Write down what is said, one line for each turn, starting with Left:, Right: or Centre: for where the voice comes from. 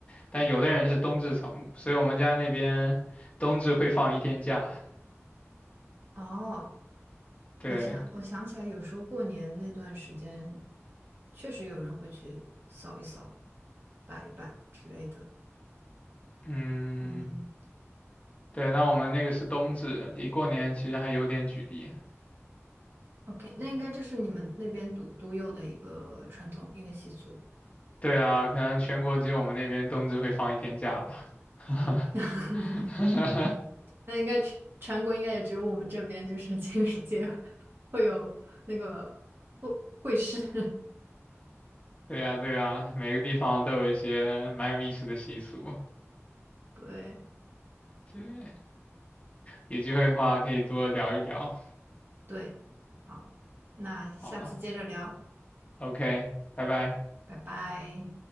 Left: 但有的人是冬至扫墓，所以我们家那边冬至会放一天假。
Right: 哦。
Left: 对，
Right: 我想，我想起来，有时候过年那段时间，确实有人会去扫一扫、摆一摆之类的。
Left: 嗯，
Right: 嗯
Left: 对，那我们那个是冬至，离过年其实还有点距离。
Right: ，OK，那应该这是你们那边独独有的一个传统、一个习俗。
Left: 对啊，可能全国只有我们那边冬至会放一天假吧。<laughs>
Right: <laughs> 那应该全全国应该也只有我们这边，就是 <laughs> 清明节会有那个会会师。<laughs>
Left: 对呀，对呀，每个地方都有一些蛮有意思的习俗。
Right: 对
Left: 对，有机会的话可以多聊一聊。
Right: 对，好，那下次接着聊，
Left: 好，OK，拜拜。
Right: 拜拜。